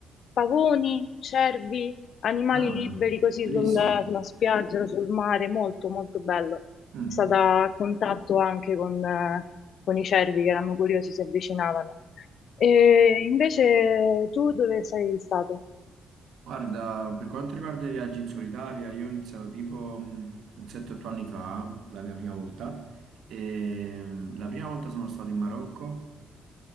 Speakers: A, on the left; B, on the right.
A: pavoni, cervi, animali
B: Ah,
A: liberi così
B: bellissimo.
A: sul- sulla spiaggia, sul mare, molto molto bello. È
B: Mm.
A: stata a contatto anche con, eh, con i cervi che erano curiosi, si avvicinavano. E invece tu dove sei stato?
B: Guarda, per quanto riguarda i viaggi in solitaria, io ho iniziato tipo mh, un 7-8 anni fa, la mia prima volta, e mh, la prima volta sono stato in Marocco,